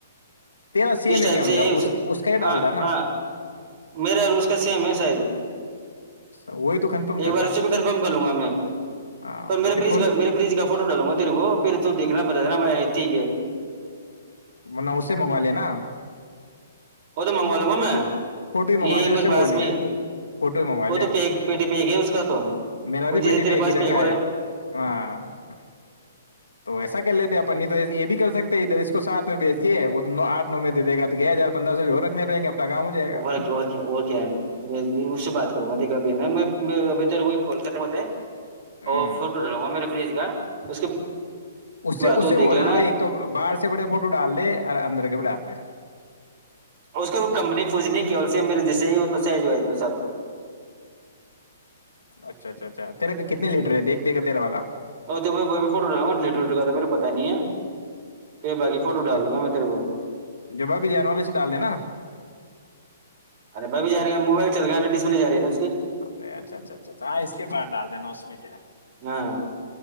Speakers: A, on the left; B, on the right.
A: تیرا سیم
B: اس ٹائپ
A: ہے کیا
B: سے
A: ان
B: یہ
A: کا اس اس کا ہی
B: ہ
A: ڈالتا نا
B: ہاں میرا اور اس کا سیم ہے شاید
A: وہی تو کنفرم
B: ایک
A: کرتا
B: بار اس سے بھی کنفم کر لوں گا میں
A: ہاں
B: پر میرے
A: تو پھر
B: فریج
A: کھول
B: کا میرے فریج کا فوٹو ڈالوں گا <unintelligible> کو پھر تو دھنا بتا دینا بت ہی کے
A: نوے منگوا لے نا
B: مگوا لوں گا میں
A: فوٹو ہی منگوا
B: یہ
A: لے اس
B: میرے
A: سے
B: پاس
A: بول کے
B: میں
A: فوٹو ہی منگوا
B: وہ
A: لے
B: تو پیٹ پیگ ہے اس کا تو
A: میرا
B: وہ
A: بھی
B: جیسے
A: پیٹی
B: تیرے
A: پہ ایک
B: پاس
A: ہی رکھا
B: پیگ ہو
A: ہے
B: رہا
A: ہاں تو ایسا کر لیتے اپنی تو یہ بھی کر سکتے ادھر اس تو سات میں بیچ کے نو آٹ نو میں دے د گا تو کیا ہزار پندرہ سو بھی اور رکھنے رہیں گے اپنا کام ہو جائے گا
B: وکے اس سے بات کروں گا دیک کو کولکاتہ میں
A: ہوں
B: اور فا میرے فریج کا اس کے
A: اس سے
B: بات تو
A: اس سے
B: دیکھ
A: بولنا
B: لینا
A: بھائی ایک تو باہر سے بڑے فوٹو ڈال دے اور اندر کے اا لے
B: اس کو کمپنی پوجنی کی سے میرے جسے ہی تو سہ جو ہے تو سب
A: اچھا اچھا اچھا تیرا کا کتنے لیٹر ہے دیکھ دے گا تیرا والا
B: اور تو میں فوٹو ڈٹا گا لیٹر وٹرا تو میرا پتا نہیں ہے پھر باقی فوٹو
A: ج
B: ڈال دوں گا میں تیرے کو
A: جبا بھی جان والے سے ڈال دینا
B: ار بھ بھی جانےا موبائل چل گ نا ڈسپلے ج رہی ن
A: ارے اچھا اچھا اچھا اچا ہاں اس کے بعد ڈال دینا اس میں کیا ہے
B: ہاں